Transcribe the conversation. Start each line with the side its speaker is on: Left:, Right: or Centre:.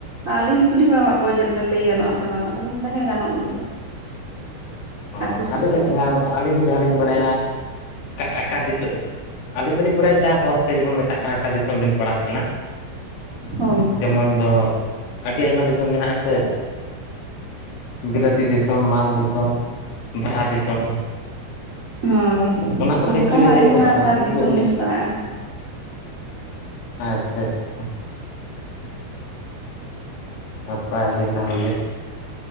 Right: ᱟᱨ ᱟᱹᱞᱤᱧ ᱞᱤᱧ ᱠᱩᱞᱤ ᱵᱟᱲᱟᱣ ᱟᱠᱟᱫ ᱠᱚᱣᱟ ᱡᱮ ᱱᱚᱸᱰᱮ ᱞᱟᱹᱭ ᱜᱟᱱᱚᱜᱼᱟ ᱥᱮ ᱵᱟᱝ ᱟᱫᱚ ᱠᱚ ᱢᱮᱱᱫᱟ ᱦᱮᱸ ᱜᱟᱱᱚᱜ ᱜᱮᱭᱟ᱾
Left: ᱚ
Right: ᱟᱠᱚ ᱠᱩᱞᱤ
Left: ᱟᱹᱞᱤᱧ ᱫᱚ ᱡᱟᱦᱟᱸᱫᱚ ᱟᱹᱞᱤᱧ ᱫᱚ ᱡᱟᱦᱟᱸᱞᱤᱧ ᱵᱟᱲᱟᱭᱟ ᱟᱠᱟ ᱟᱠᱟ ᱫᱤᱥᱟᱹᱜ ᱟᱹᱞᱤᱧ ᱫᱚᱞᱤᱧ ᱵᱟᱲᱟᱭ ᱜᱮᱭᱟ ᱦᱚᱲ ᱛᱮ ᱡᱮᱢᱚᱱ ᱢᱮᱛᱟᱜ ᱠᱟ ᱟᱠᱟ ᱫᱤᱥᱚᱢ ᱵᱤᱱ ᱯᱟᱲᱟᱜ ᱠᱟᱱᱟ?
Right: ᱦᱳᱭ
Left: ᱡᱮᱢᱚᱱ ᱫᱚ ᱟᱹᱰᱤ ᱟᱭᱢᱟ ᱫᱤᱥᱚᱢ ᱢᱮᱱᱟᱜ ᱟᱥᱮ ᱵᱤᱞᱟᱹᱛᱤ ᱫᱤᱥᱚᱢ ᱢᱟᱱ ᱫᱤᱥᱚᱢ ᱵᱨᱟᱦᱟ ᱫᱤᱥᱚᱢ
Right: ᱦᱳᱭ᱾
Left: ᱚᱱᱟ ᱠᱚᱛᱮ
Right: ᱚᱱᱠᱟ
Left: ᱮᱠᱪᱩᱭᱮᱞᱤ
Right: ᱢᱟ ᱟᱹᱞᱤᱧ
Left: ᱞᱟᱹᱭ ᱜᱟᱱᱚᱜᱼᱟ
Right: ᱢᱟ ᱥᱟᱛ
Left: ᱠᱤᱱᱛᱩ
Right: ᱫᱤᱥᱚᱢ
Left: ᱚᱱᱮ
Right: ᱞᱤᱧ ᱯᱟᱲᱟᱜᱼᱟ
Left: ᱟᱪᱪᱷᱟ ᱟᱪᱪᱷᱟ᱾ ᱱᱟᱯᱟᱭ ᱜᱮ ᱛᱟᱦᱚᱞᱮ